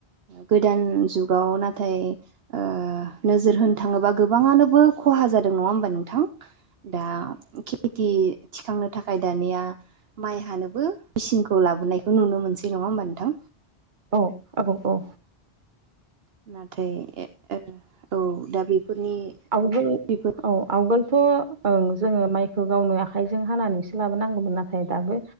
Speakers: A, on the right (about 70°); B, on the right (about 50°).
A: गोदान जुगाव नाथाय ओ नोजोर होनो थाङोबा गोबाङानोबो खहा जादों नङा होमबा नोंथां दा खेति थिखांनो थाखाय दानिया माइ हानोबो मेचिनखौ लाबोनायखौ नुनो मोनसै। नङा होमबा नोंथां
B: औ-औ-औ।
A: नाथाय ओ औ दा बेफोरनि
B: आवगोल
A: बेफोर
B: औ आवगोलथ' ओं जोङो माइखौ गावनो आखाइजों हानानैसो लाबोनांगौमोन नाथाय दाबो